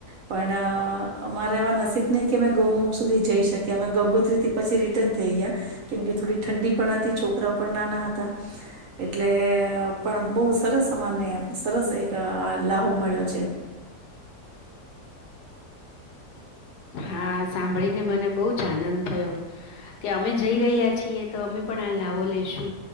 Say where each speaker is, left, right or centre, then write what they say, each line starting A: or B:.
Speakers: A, on the right (about 60°); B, on the left (about 75°).
A: પણ અમારા એવા નસીબ નહીં કે અમે ગૌમુખ સુધી જઈ શકીએ અમે ગંગોત્રીથી પછી રિટર્ન થઈ ગયા કેમ કે થોડી ઠંડી પણ હતી છોકરાઓ પણ નાના હતા એટલે પણ બહ સરસ અમાને સરસ એક લાહો મળ્યો છે
B: હા સાંભળીને મને બહુ જ આનંદ થયો કે અમે જઈ રહ્યા છીએ તો અમે પણ આ લાવો લેશું